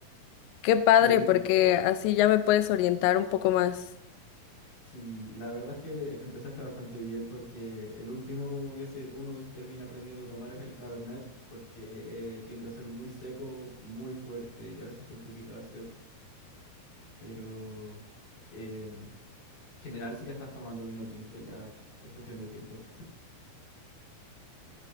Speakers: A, on the left; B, on the left.
A: Qué padre,
B: Sí,
A: porque así ya me puedes orientar un poco más.
B: sí. La verdad es que empezaste bastante bien porque el último como que se, uno termina aprendiendo a tomar es el Cabernet porque eh, tiende a ser muy seco, muy fuerte y a veces hasta un poquito ácido. Pero... em, general, si ya estás tomando vino tinto, ya es cuestión de tiempo.